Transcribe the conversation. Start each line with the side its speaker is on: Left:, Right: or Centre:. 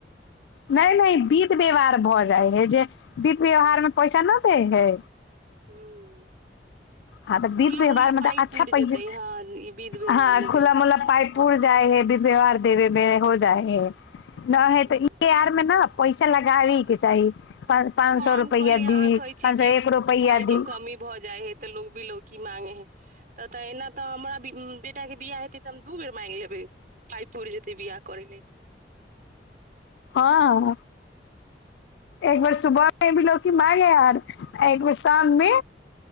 Left: नै नै विध व्यवहार भऽ जाइ हय जे विध व्यवहार में पैसा न दै है
Right: <unintelligible> <inaudible>
Left: हँ तऽ विध
Right: खुला
Left: व्यवहार
Right: मुल्ला
Left: मे तऽ
Right: पाइप
Left: अच्छा
Right: पुर
Left: पैसा
Right: जेतै ह ई विध व्यवहार
Left: हँ
Right: में
Left: खुला
Right: दै ल
Left: मुला पाइ पुर जाइ हैध व्यवहार देबे में हो जाइ है न
Right: हूँ
Left: है तऽ इ <unintelligible> पैसा लगाबै केँ चाही पाँच
Right: हम
Left: सौ रुपैआ
Right: कहलिय अहाँ
Left: दी
Right: कहै छी
Left: पाँच सौ
Right: कि
Left: एक रुपैआ
Right: पाय
Left: दी
Right: केँ कमी भऽ जाय हे तऽ लोक बिलोकी माँगे है तब तऽ अहिना तऽ हमरा बि बेटा केँ बियाह हेतै तऽ हम दू बेर माइंग लेबै <unintelligible> पुर जेते बियाह करे लेल तऽ
Left: हँ एकबेर सुबह में बिलोकि मइंग एहार एक बेर शाम मे